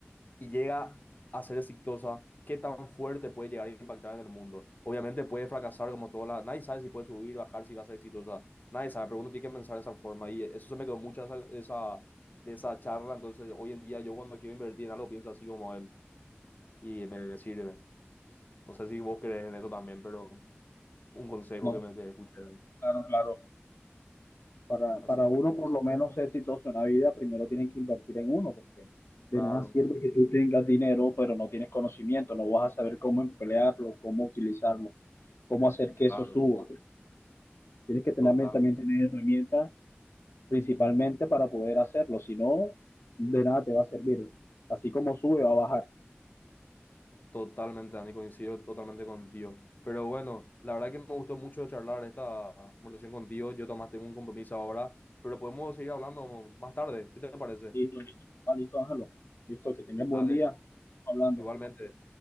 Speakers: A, on the left; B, on the left.
A: y llega a ser exitosa, ¿qué tan fuerte puede llegar a impactar en el mundo? Obviamente puede fracasar como toda la... Nadie sabe si puede subir, bajar, si va a ser exitosa. Nadie sabe, pero uno tiene que pensar de esa forma. Y eso se me quedó mucho de esa, de esa, de esa charla. Entonces, hoy en día yo cuando quiero invertir en algo pienso así como él y me sirve. No sé si vos crees en eso también, pero un consejo
B: ¿no?
A: que me que escuché.
B: Claro, claro. Para,
A: Así,
B: para uno
A: sí.
B: por lo menos ser exitoso en la vida, primero tienen que invertir en uno, porque de
A: Claro,
B: nada sirve que tú tengas dinero, pero no tienes conocimiento, no vas a saber cómo emplearlo, cómo utilizarlo, cómo hacer que
A: claro,
B: eso suba. Tienes que tener,
A: total.
B: también tener herramientas principalmente para poder hacerlo, si no, de nada te va a servir. Así como sube, va a bajar.
A: Totalmente, Dani, coincido totalmente contigo. Pero bueno, la verdad que me gustó mucho charlar esta conversación contigo. Yo además tengo un compromiso ahora, pero podemos seguir hablando más tarde. ¿Qué te parece?
B: Listo, listo, Ah, listo, Ángelo. Listo, que tengan
A: Dale,
B: buen día. Hablando.
A: igualmente.